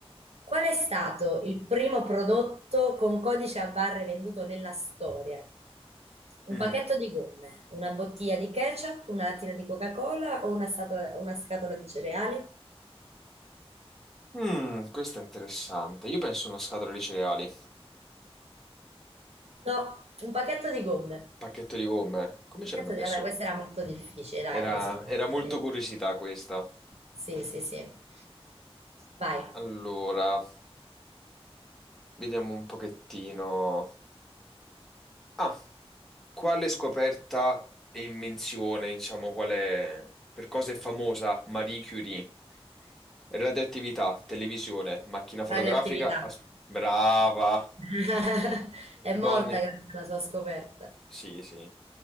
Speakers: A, on the right; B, in the centre.
A: Qual è stato il primo prodotto con codice a barre venduto nella storia? Un
B: Mm.
A: pacchetto di gomme, una bottiglia di ketchup, una lattina di Coca-Cola o una scatola, una scatola di cereali?
B: Mm, questo è interessante. Io penso a una scatola di cereali,
A: No, un pacchetto di gomme.
B: pacchetto di gomme. Come c'erano
A: Cazzo,
B: messo?
A: di- vabbè, questa era molto difficile, dai,
B: Era,
A: come si fa?
B: era
A: a sapere?
B: molto curiosità questa.
A: Sì, sì, sì. Vai.
B: Allora, vediamo un pochettino. Ah, quale scoperta e invenzione, diciamo, quale per cosa è famosa Marie Curie? Radioattività, televisione, macchina fotografica.
A: Radioattività.
B: as- Brava!
A: <laughs> È
B: Donne.
A: morta grazie alla sua scoperta.
B: Sì, sì.